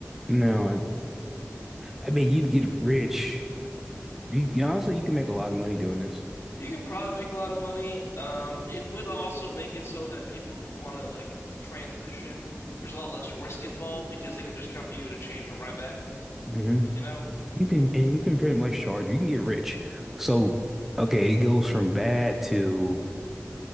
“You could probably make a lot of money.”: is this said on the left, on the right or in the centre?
Left